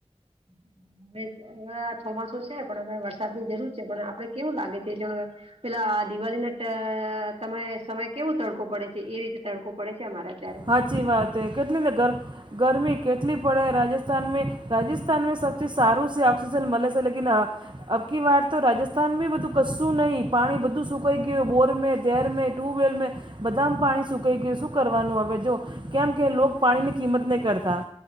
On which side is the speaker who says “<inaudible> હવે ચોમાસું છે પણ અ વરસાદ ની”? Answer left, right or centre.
Right